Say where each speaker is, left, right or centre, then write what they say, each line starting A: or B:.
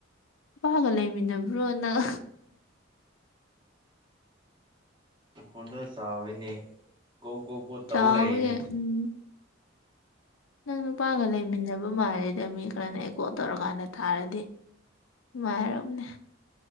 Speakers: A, on the left; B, on the right.
A: ꯅꯨꯄꯥꯒ ꯂꯩꯃꯤꯟꯅꯕ꯭ꯔꯣ ꯅꯪ
B: ꯏꯈꯣꯟꯗ ꯆꯥꯎꯋꯤꯅꯦ ꯒꯣ ꯒꯣ ꯇꯧꯔ
A: ꯆꯥꯎꯕꯒꯤ
B: ꯂꯩꯅꯦ
A: ꯎꯝ ꯅꯪ ꯅꯨꯄꯥꯒ ꯂꯩꯃꯤꯟꯅꯕ ꯃꯥꯜꯜꯂꯤꯦꯗ ꯃꯤ ꯈꯔꯅ ꯑꯩꯀꯣ ꯇꯧꯔꯀꯥꯟꯗ ꯊꯥꯔꯗꯤ ꯃꯥꯅꯦ